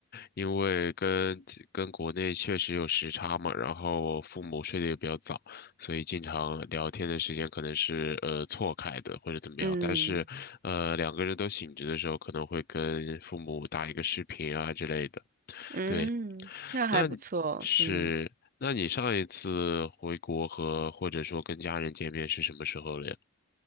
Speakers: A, on the left; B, on the right.
A: 因为跟跟国内确实有时差嘛，然后父母睡得也比较早，所以经常聊天的时间可能是呃错开的或者怎么样。
B: 嗯
A: 但是呃两个人都醒着的时候，可能会跟父母打一个视频啊之类的。
B: 嗯，
A: 对，
B: 那还不错，
A: 那你是那你上一次回国和或者说跟家人见面是什么时候了呀？
B: 嗯。